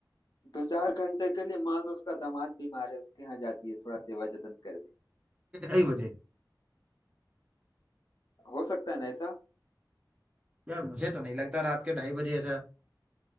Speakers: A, on the left; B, on the right.
A: दो चार घंटे के लिए मान लो उसका दामाद बीमार है उसके यहाँ जाती है थोड़ा सेवा जतन करने
B: ढाई बजे
A: हो सकता है ना ऐसा
B: यार मुझे तो नहीं लगता रात के ढाई बजे ऐसा